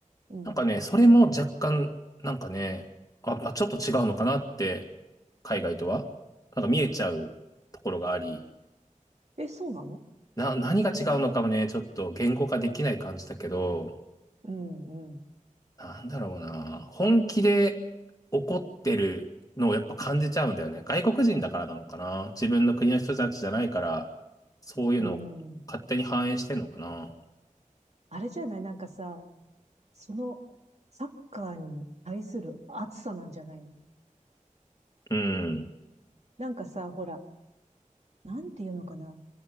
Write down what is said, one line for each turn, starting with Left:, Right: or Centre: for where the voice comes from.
Right: うん。
Left: なんかね、それも若干、なんかね、あ、まあ、ちょっと違うのかなって、海外とは、なんか見えちゃうところがあり、
Right: え、そうなの
Left: な、何が違うのかもね、
Right: うーん。
Left: ちょっと言語化できない感じだけど、
Right: うん、うん、
Left: なんだろうな、本気で怒ってるのをやっぱ感じちゃうんだよね。外国人だからなのかな。自分の国の人たちじゃないから、そういうのを勝手に反映してんのかな。
Right: うん。あれじゃないなんかさ、そのサッカーに対する熱さなんじゃないの
Left: うん、
Right: なんかさ、ほら、なんていうのかな。